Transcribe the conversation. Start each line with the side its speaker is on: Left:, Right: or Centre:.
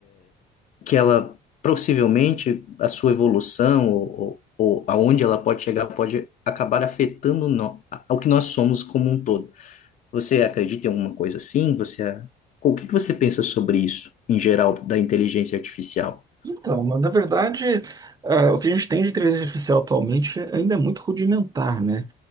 Left: que ela possivelmente a sua evolução ou, ou, ou aonde ela pode chegar pode acabar afetando no, ao que nós somos como um todo. Você acredita em alguma coisa assim? Você, o que que você pensa sobre isso em geral da inteligência artificial?
Right: Então, na na verdade, ah, o que a gente tem de inteligência artificial atualmente ainda é muito rudimentar, né?